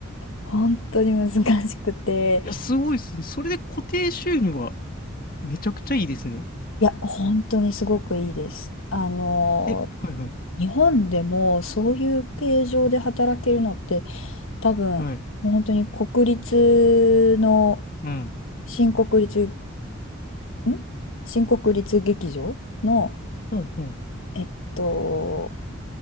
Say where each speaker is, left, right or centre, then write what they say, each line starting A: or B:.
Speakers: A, on the left; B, on the left.
A: 本当に難しくて、
B: いや、すごいですね。それで固定収入はめちゃくちゃいいですね。
A: いや、本当にすごくいいです。あの、
B: え、はいはい。
A: 日本でもそういう形状で働けるのって、多分、
B: はい。
A: もう本当に国立の、
B: うん。
A: 新国立、ん新国立劇場の、
B: ほんほん。
A: えっと、